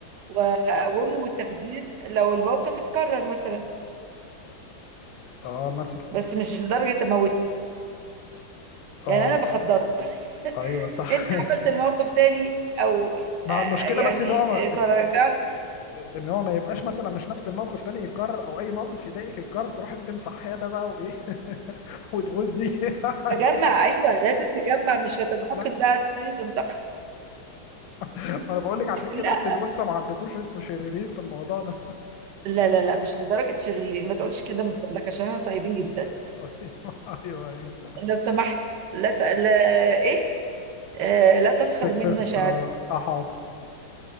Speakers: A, on the right; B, on the left.
A: واقومه بالتخدير لو الموقف اتكرر مثلا
B: اه مثلا
A: بس مش لدرجه اموته
B: اه
A: يعني انا بخدره <laughs>
B: ايوه صح
A: انت عملت الموقف تاني او
B: <laughs> ما
A: آه،
B: هو المشكله
A: يعني
B: بس اللي هو ما...
A: آه، تراجعت
B: ان إن هو ما يبقاش مثلا مش نفس الموقف تاني يتكرر او اي موقف يضايقك يتكرر تروح انت مصحيه ده بقى وايه <laughs> وتغزي <laughs>
A: تجمع ايوه لازم تجمع مش هتنتقم
B: لا
A: ده هتبتدي تنتقم
B: ما انا بقول لك عشان
A: لكن
B: كده
A: لا
B: انت الانثى ما عندكوش انتوا شريرين في الموضوع ده
A: لا لا لا مش لدرجه شرير ما تقولش كده من فضلك عشان احنا طيبين جدا
B: <laughs> طيب ايوه ايوه
A: لو سمحت لا, ت... لا ايه آه لا تسخر
B: سكسس
A: من مشاعرك
B: اه آه، حاضر